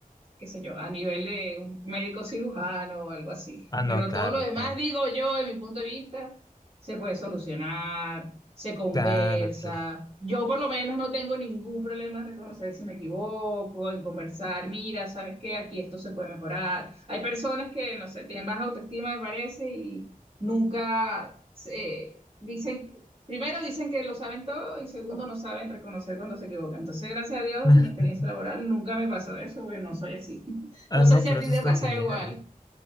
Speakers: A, on the right; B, on the left.
A: qué sé yo, a nivel de un médico cirujano o algo así.
B: Ah, no,
A: Pero
B: claro,
A: todo lo demás,
B: claro.
A: digo yo, de mi punto de vista, se puede solucionar, se conversa.
B: Claro, claro.
A: Yo por lo menos no tengo ningún problema en reconocer si me equivoco, en conversar, mira, ¿sabes qué? Aquí esto se puede mejorar. Hay personas que, no sé, tienen baja autoestima, me parece, y nunca... se eh, dicen, Primero dicen que lo saben todo y segundo no saben reconocer cuando se equivocan. Entonces, gracias a Dios,
B: <laughs>
A: en mi experiencia laboral nunca me pasó eso porque no soy así. <laughs>
B: Ah,
A: No
B: no,
A: sé si
B: pero
A: a ti
B: eso
A: te
B: está
A: pasa
B: genial.
A: igual.